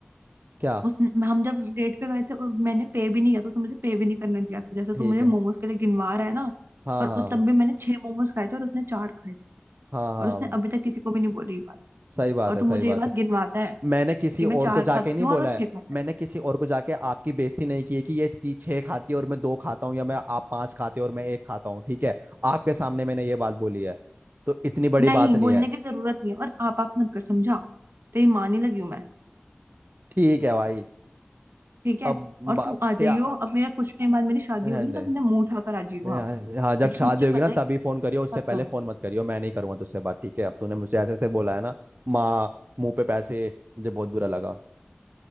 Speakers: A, on the right; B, on the right.
A: क्या
B: उस हम जब डेट पे गए थे और मैंने पे भी नहीं किया था उसने मुझे पे भी नहीं करने दिया था जैसे
A: ठीक
B: तू मुझे
A: है
B: मोमोज के लिए गिनवा रहा है ना
A: हाँ
B: और
A: हाँ
B: उस तब भी मैंने छह मोमोज खाए थे और उसने चार खाए थे
A: हाँ हाँ
B: और उसने अभी तक किसी को भी नहीं बोली ये बात
A: सही बात
B: और तू
A: है सही
B: मुझे
A: बात
B: ये बात
A: है
B: गिनवाता है
A: मैंने किसी
B: कि
A: और
B: मैं चार
A: को जाके
B: खाती
A: नहीं
B: हूँ
A: बोला
B: और वो छह
A: है
B: खाता
A: मैंने
B: है
A: किसी और को जाके आपकी बेइज्जती नहीं की है कि ये ती छह खाती है और मैं दो खाता हूँ या मैं आप पांच खाते हो और मैं एक खाता हूँ ठीक है आपके सामने मैंने ये बात बोली है तो इतनी बड़ी
B: नहीं
A: बात नहीं
B: बोलने
A: है
B: की जरूरत नहीं है और आप आप मत कर समझा तेरी माँ नहीं लगी हूं मैं
A: ठीक है भाई
B: ठीक है
A: अब
B: और
A: बाप
B: तू आ जाइयो
A: या
B: अब मेरा कुछ टाइम बाद मेरी शादी
A: रहने
B: होगी ना
A: दे
B: तब मैं मुंह उठाकर आ जाइयो
A: या-
B: वहां पर
A: हाँ जब
B: क्योंकि
A: शादी
B: मुझे
A: होगी
B: पता
A: ना
B: है
A: तभी
B: कि मैं
A: फोन करियो
B: किसके
A: उससे
B: साथ
A: पहले
B: रहूंगी
A: फोन मत करियो मैं नहीं करूंगा तुझसे बात ठीक है अब तूने मुझे ऐसे ऐसे बोला है ना माँ मुंह पे पैसे मुझे बहुत बुरा लगा